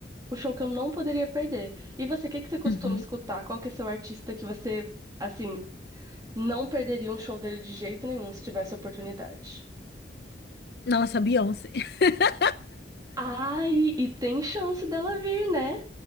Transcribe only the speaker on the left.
uhum.
Nossa, Beyoncé. <laughs>